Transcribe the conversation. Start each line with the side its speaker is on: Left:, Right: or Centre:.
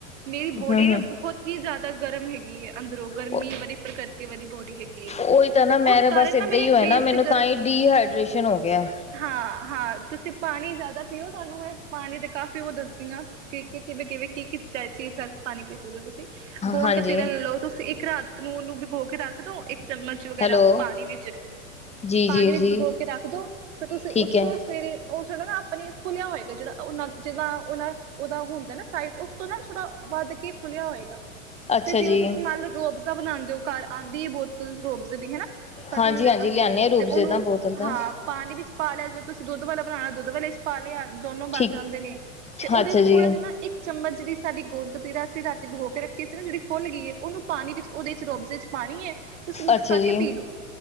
Right: ਮੇਰੀ ਬੋਡੀ
Left: ਹੂੰ,
Right: ਨਾ ਬਹੁਤ ਦਾ ਗਰਮ ਹੈਗੀ ਹੈ। ਅੰਦਰੋਂ ਗਰਮੀ
Left: ਹੂੰ
Right: ਵਾਰੀ ਪ੍ਰਾਕ੍ਰਿਤ ਵਾਲੀ ਬੋਡੀ ਹੈਗੀ ਹੈ।
Left: ਉਹੀ ਤਾਂ ਨਾ
Right: ਤੇ
Left: ਮੈਂ
Right: ਉਸ ਕਾਰਨ
Left: ਬਸ ਏਦਾਂ
Right: ਨਾ ਮੇਰੇ
Left: ਹੀ ਹੋਇਆ
Right: ਫੇਸ
Left: ਨਾ ਮੈਨੂੰ
Right: ਤੇ ਗਰ
Left: ਤਾਂ ਹੀ ਡੀਹਾਈਡ੍ਰੇਸ਼ਨ ਹੋ ਗਿਆ
Right: ਹਾਂ ਹਾਂ ਤੁਸੀਂ ਪਾਣੀ ਜ਼ਿਆਦਾ ਪੀਓ ਤੁਹਾਨੂੰ ਮੈਂ ਪਾਣੀ ਤਾਂ ਕਾਫੀ ਉਹ ਦੱਸਦੀ ਹਾਂ ਕਿਰੀਕੇ ਕਿਵੇਂ-ਕਿਵੇਂ ਕੀ-ਕੀ ਚ ਚੀਜ਼ ਕਰਕੇ ਪਾਣੀ ਪੀ ਸਕਦੇ ਹੋ ਤੁਸੀਂ ਗੋਦ
Left: ਹਾਂਜੀ
Right: ਕਤੀਰਾ ਲੈ ਲਓ ਤੁਸੀਂ ਇੱਕ ਰਾਤ ਨੂੰ ਉਹਨੂੰ ਭਿਗੋ ਕੇ ਰਾਤ <unintelligible> ਇੱਕ ਚਮਚ ਵਗੈਰਾ
Left: ਹੈਲੋ
Right: ਪਾਣੀ ਵਿੱਚ
Left: ਜੀ
Right: ਪਾਣੀ
Left: ਜੀ
Right: ਵਿੱਚ
Left: ਜੀ
Right: ਭਗੋ ਕੇ ਰੱਖ ਦੋ ਫਰ ਤੁਸੀਂ
Left: ਠੀਕ
Right: ਉੱਠੋ
Left: ਹੈ।
Right: ਸਵੇਰੇ ਉਹ ਥੋੜਾ ਨਾ ਆਪਣੀ ਫੁੱਲਿਆ ਹੋਏਗਾ ਜਿਹੜਾ ਉਹਨਾਂ ਜਿਦਾਂ ਉਹ ਉਹਦਾ ਹੁੰਦਾ ਨਾ ਸਾਈਜ਼ ਉਸ ਤੋਂ ਨਾ ਥੋੜਾ ਵੱਧ ਕੇ ਫੁੱਲਿਆ ਹੋਏਗਾ।
Left: ਅੱਛਾ
Right: ਤੇ ਜਿਵੇਂ
Left: ਜੀ
Right: ਤੁਸੀਂ ਮੰਨ ਲਓ ਰੋਹਬਜ਼ਾ ਬਣਾਉਂਦੇ ਹੋ ਘਰ ਆਉਂਦੀ ਹੈ ਬੋਤਲ ਰੋਬਜ਼ੇ ਦੀ ਹਨਾ ਪਤਾ
Left: ਹਾਂਜੀ
Right: ਹੀ ਹੋਏਗਾ
Left: ਹਾਂਜੀ ਲਿਆਨੇ ਆ ਰੂਬਜ਼ੇ
Right: ਤੇ ਉਹਨੂੰ
Left: ਦਾ ਬੋਤਲ ਦਾ
Right: ਹਾਂ ਪਾਣੀ ਵਿੱਚ ਪਾ ਲਿਆ ਜੇ ਤੁਸੀਂ ਦੁੱਧ ਵਾਲਾ ਬਣਾ ਦੁੱਧ ਵਾਲੇ ਪਾਾਲਿਆ ਦੋਨੋ
Left: ਠੀਕ
Right: ਬਣ ਜਾਂਦੇ ਨੇ ਤੇ ਉਹਦੇ
Left: ਅੱਛਾ ਜੀ
Right: ਥੋੜਾ ਜਿ ਨਾ ਇੱਕ ਚਮਚ ਜਿਹੜੀ ਸਾਡੀ ਗੋਦਕਤੀਰਾ ਅਸੀਂ ਰਾਤੀ ਭਗੋ ਕੇੱਖ ਕਿਸੇ ਨੇ ਜਿੜੀ ਫੁੱਲ ਗਈਏ ਉਹਨੂੰ ਪਾਣੀ ਵਿੱਚ ਉਹਦੇ ਚ ਰੂਅਬਜ਼ੇ ਚ ਪਾਣੀ ਏ ਤੁਸੀਂ ਮਿਕਸ
Left: ਅੱਛਾ
Right: ਕਰਕੇ
Left: ਜੀ
Right: ਪੀ ਲਓ